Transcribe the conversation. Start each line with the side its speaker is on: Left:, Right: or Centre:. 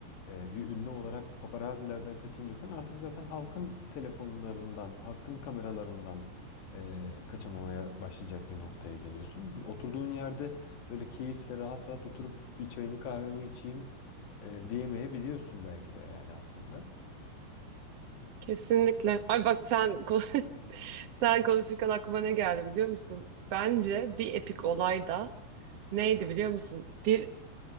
Left: e, bir ünlü olarak paparazilerden kaçayım desen artık zaten halkın telefonlarından, halkın kameralarından e, kaçamamaya başlayacak bir noktaya geliyorsun. Oturduğun yerde böyle keyifle rahat rahat oturup bir çayını kahvemi içeyim e, diyemeyebiliyorsun belki de yani aslında.
Right: Kesinlikle. Ay bak sen kon- <laughs> sen konuşurken aklıma ne geldi biliyor musun? Bence bir epik olay da neydi biliyor musun? Bir